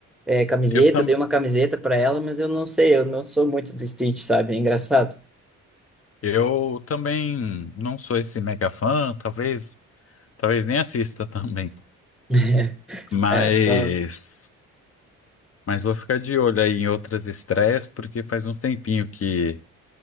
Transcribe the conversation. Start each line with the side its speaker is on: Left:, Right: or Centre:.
Centre: é, camiseta,
Left: eu, tam,
Centre: eu dei uma camiseta pra ela, mas eu não sei, eu não sou muito do Stitch, sabe? É engraçado.
Left: eu também não sou esse mega fã, talvez, talvez nem assista <laughs> também.
Centre: <laughs>
Left: Mas,
Centre: É, só.
Left: mas vou ficar de olho aí em outras estreias, porque faz um tempinho que,